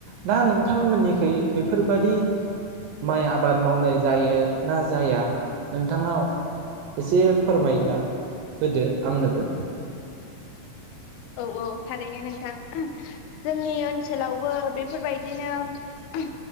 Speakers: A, on the right; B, on the left.
A: दा नोंथांमोननिखै बेफोरबादि माइ आबाद मावनाय जायो ना जाया नोंथाङा एसे फोरमाय ना होदो आंनोबो
B: औऔ थारैनो नोंथां जोंनि ओनसोलावबो बेफोरबायदिनो उम